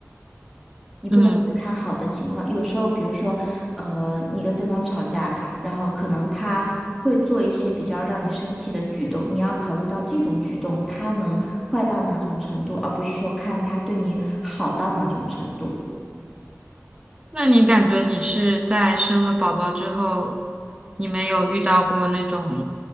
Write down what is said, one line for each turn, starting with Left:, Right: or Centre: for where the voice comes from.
Centre: 你不能只看好的情况，
Right: 嗯，
Centre: 有时候，比如说，呃，你跟对方吵架，然后可能他会做一些比较让你生气的举动，你要考虑到这种举动他能坏到哪种程度，而不是说看他对你好到哪种程度。
Right: 那你感觉你是在生了宝宝之后，你们有遇到过那种